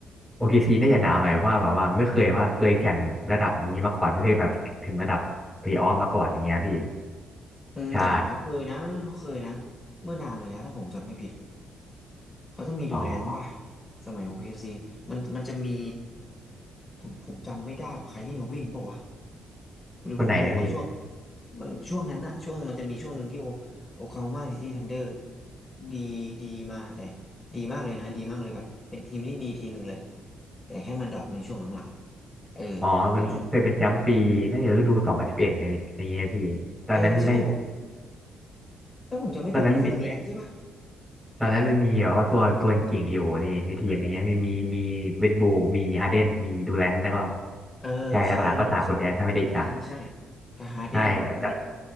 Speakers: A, in the centre; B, on the left (about 20°).
A: โอเคซีน่าจะหนาวหน่อยเพราะว่าแบบว่าไม่เคยว่าเคยแข่งระดับนี้มาก่อนไม่เคยแบบถึงระดับเพลย์ออฟมาก่อนอย่างเงี้ยพี่
B: อืมแต่ก่อนเขาเคยนะเขาเคยนะ
A: ใช่
B: เมื่อนานมาแล้วถ้าผมจำไม่ผิดเขาจะมีดูแลนป่ะ
A: อ๋อ
B: สมัย o k ซีมันมันจะมีผมผมจำไม่ได้ว่าไคลรี่โนวินบอกว่าวะหรือผมมั่วว่าช่วง
A: คนไหนนะพี่
B: มันช่วงนั้นอะช่วงมันจะมีช่วงหนึ่งที่โอโอคลาโฮมาซิตี้ธันเดอร์ดีดีมาแต่ดีมากเลยนะดีมากเลยแบบเป็นทีมที่ดีทีมหนึ่งเลยแต่แค่มันดรอปในช่วงหลังๆเออ
A: อ๋อมันเคยเป็นแชมป์ปีน่าจะฤดูสองพันสิบเอ็ดในในเงี้ยพี่ตอนนั้นใน
B: ช่วงเออใช่ผมถ้าผมจำไม่ผิดมันคือดูแลนใช่ป่ะ
A: ตอนนั้นมี ตอนนั้นมันมีแบบว่าตัวตัวเก่งๆอยู่นี่ในทีมอย่างเงี้ยมีมีมีเวดบูมีฮาเดนมีดูแลนแล้วก็
B: เออใช่
A: ใช่หเออลักๆก็สามคนใช่เนี้ยถ้าไม่ได้แชมป์
B: เป็นดูแลนใช่กับฮาร์เดนอืม
A: ใช่แต่แต่